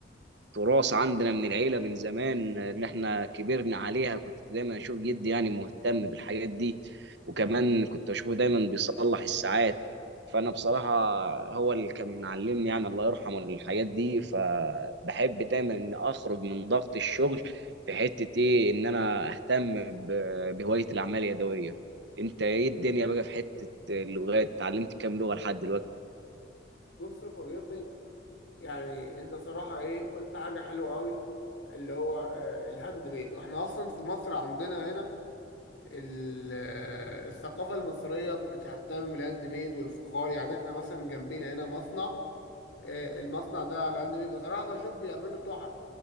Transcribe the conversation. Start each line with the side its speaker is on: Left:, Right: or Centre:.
Right: تراث عندنا من العيله من زمان آه، اللي احنا كبرنا عليها كنت دايما اشوف جدي يعني مهتم بالحاجات دي وكمان كنت اشوفه دايما بيصلح الساعات فانا بصراحه هو اللي كان معلمني يعني الله يرحمه الحاجات دي فبحب دايما ان اخرج من ضغط الشغل في حته ايه ان انا اهتم ب- بهوايه الاعمال اليدويه انت ايه الدنيا بقى في حته اللغات اتعلمت كام لغه لحد دلوقتي
Left: بص يا صديقي يعني انت صراحة ايه قلت حاجة حلوة قوي اللي هو آه، الهاند ميد واحنا اصلا في مصر عندنا هنا ال- آه، الثقافه المصريه بتهتم بالهاند ميد والفخار يعني احنا مثلا جنبنا هنا مصنع آه، المصنع ده على هاند ميد بصراحة بشوف بيعملوا تحف